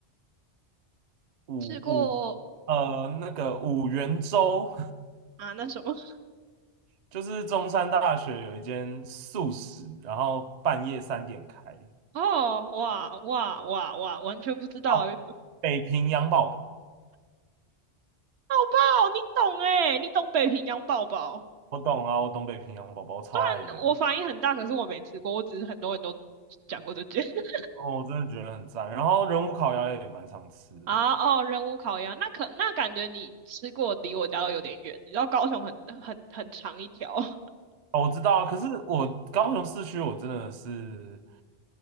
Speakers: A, on the right (about 50°); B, on the right (about 70°).
A: 五
B: 吃过
A: 五，呃，那个五元粥，
B: 啊那什么？<laughs>
A: <laughs> 就是中山大学有一间素食，然后半夜三点开。
B: 哦，哇哇哇哇，完全不知道欸，
A: 哦，
B: <laughs>
A: 北平洋宝宝，
B: 宝，不好你懂哎、你懂北平洋宝宝。
A: 我懂啊，我懂北平洋宝宝，我超爱的。
B: 虽然我反应很大，可是我没吃过，我只是很多人都讲过这件 <laughs>
A: 哦，我真的觉得很赞。然后人武烤鸭也蛮常吃的。
B: 啊哦，人无烤鸭，那可那感觉你吃过离我家都有点远，你知道高雄很很很长一条，<laughs>
A: 哦，我知道啊可是我高雄市区我真的是